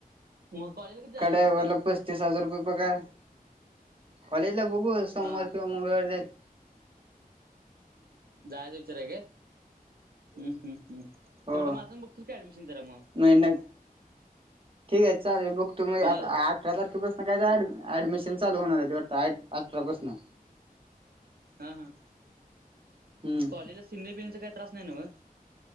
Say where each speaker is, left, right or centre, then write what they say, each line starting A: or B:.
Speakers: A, on the right; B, on the right.
A: मग कॉलेजला कधी जाणार
B: एका ड्रायव्हरला
A: आहेस रिटर्न
B: पस्तीस हजार पगार कॉलेजला बघू आज सोमवार
A: हा
B: किंवा मंगळवारी जात
A: जायच विचारय का हम् हम् हम्म.
B: हो
A: तेवढं माझा पणबघतोस का ऍडमिशन जरा मग?
B: नाही न ठीक आहे चालेल बघतो मी
A: म्हणजे
B: अठरा तारखेपासून मग काय एँड ऍडमिशन चालू होणार आहे ते अठरापासून
A: हा हा
B: हम्म
A: कॉलेजला सिमने बिणीचा काही त्रास नाही नव्ह?